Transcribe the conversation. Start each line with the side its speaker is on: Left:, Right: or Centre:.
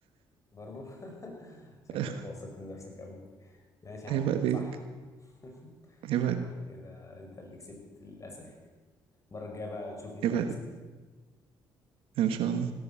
Left: برضو <laughs> شكلك
Right: <laughs>
Left: واثق من نفسك أوي ماشي يا عم
Right: عيب عليك
Left: صح <laughs>
Right: عيب عليك
Left: صح كده أنت اللي كسبت للأسف المرة الجاية بقى نشوف مين اللي
Right: عيب
Left: هيكسب
Right: عليك ان شاء الله